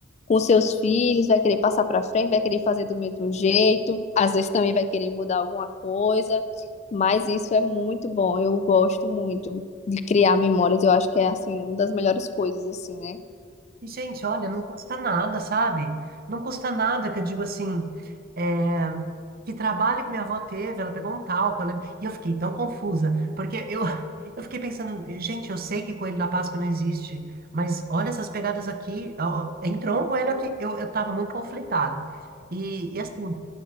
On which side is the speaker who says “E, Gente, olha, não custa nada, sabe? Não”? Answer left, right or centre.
Right